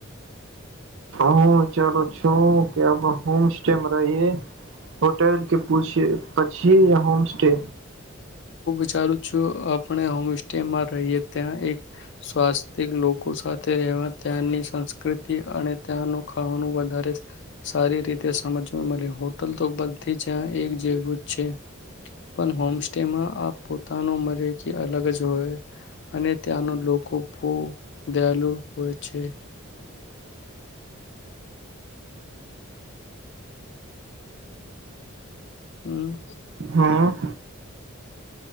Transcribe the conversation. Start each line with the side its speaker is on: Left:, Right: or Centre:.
Right: હું વિચારો છો? કે હોમ સ્ટેમાં રહીએ હોટેલ કે પૂછે પછી હોમ સ્ટે.
Left: ચારુ છું. આપણે હોમ સ્ટેમાં રહીએ ત્યાં એક સ્વાસ્તિક લોકો સાથે રહેવા ત્યાંની સંસ્કૃતિ અને ત્યાંનું ખાવાનું વધારે સારી રીતે સમજવા મળે હોટલ તો બધી જ્યાં એક જેવું જ છે. પણ હોમ સ્ટેમાં આ પોતાનું મળે જે અલગ જ હોય અને ત્યાંનું લોકો બો દયાલુ હોય છે. હમ
Right: હું